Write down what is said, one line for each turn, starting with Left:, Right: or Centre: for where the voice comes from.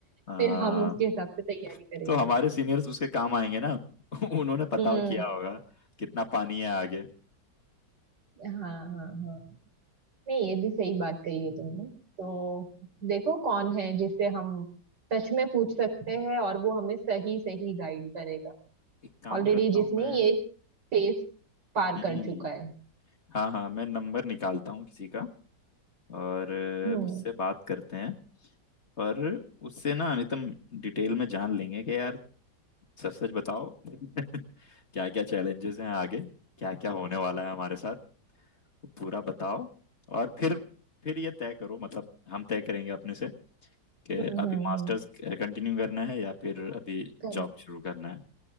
Left: हाँ
Right: फिर हम उसके हिसाब से तैयारी करेंगे
Left: तो हमारे सीनियर्स उसके काम आएंगे ना <laughs> उन्होंने पता
Right: हम्म
Left: किया होगा कितना पानी है आगे
Right: हाँ हाँ हाँ नहीं ये भी सही बात कही है तुमने तो
Left: हम्म,
Right: देखो कौन है जिसे हम सच में पूछ सकते हैं और वो हमें सही सही गाइड करेगा
Left: एक काम
Right: ऑलरेडी
Left: करता हूँ
Right: जिसने
Left: मैं
Right: ये फेस पार
Left: हम्म
Right: कर चुका है
Left: हाँ हाँ मैं नंबर निकालता हूँ किसी का और
Right: हम्म
Left: उससे बात करते हैं और उससे ना अमितम डिटेल में जान लेंगे कि यार सच सच बताओ <laughs> क्या क्या चैलेंजेस हैं आगे क्या क्या होने वाला है हमारे साथ वो पूरा बताओ और फिर फिर ये तय करो मतलब हम तय करेंगे अपने से कि
Right: हम्म
Left: अभी
Right: हम्म
Left: मास्टर्स कंटिन्यू करना है या फिर अभी
Right: कर
Left: जॉब शुरू करना है